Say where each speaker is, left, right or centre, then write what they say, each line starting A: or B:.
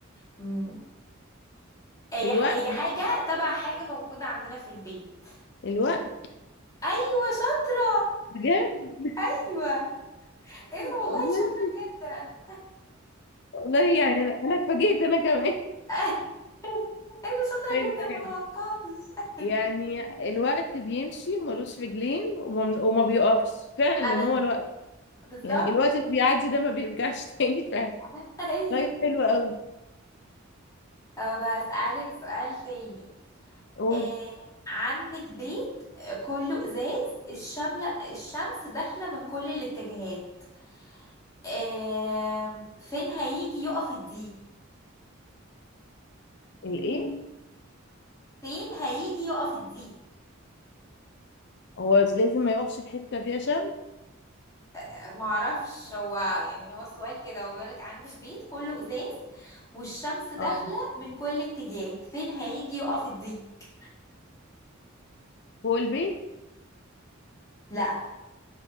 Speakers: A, on the left; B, on the left.
A: م- هي
B: الوقت
A: ح- هي حاجة تبع حاجة موجودة عندنا في البيت
B: الوقت
A: ايوه شاطرة
B: بجد
A: ايوه ايه ده والله
B: والله
A: شاطرة جدا
B: والله يعني انا أنا اتفاجئت انا كمان
A: <laughs> ايه ده شاطرة
B: <laughs> حلو
A: جدا
B: حلو
A: متوقعتش <laughs>
B: يعني الوقت بيمشي وملوش رجلين وما, وما بيقفش فعلا
A: ايوه
B: هو الوقت
A: بالظبط
B: يعني الوقت اللي بيعدي ده ما بيرجعش <laughs> تاني فعلا
A: <laughs> ايوه
B: طيب حلو قوي
A: طب هسألك سؤال تاني
B: قول
A: آه عندك بيت آه، كله ازاز الشملة الشمس داخلة من كل الاتجاهات آه فين هيجي يقف الديك
B: الايه
A: فين هيجي يقف الديك
B: هو لازم ما يقفش في حته فيها شمس
A: آه، معرفش هو يعني هو السؤال كده هو بيقولك عندك بيت كله ازاز والشمس داخلة
B: اه
A: من كل اتجاه فين هيجي يقف الديك
B: فوق البيت
A: لا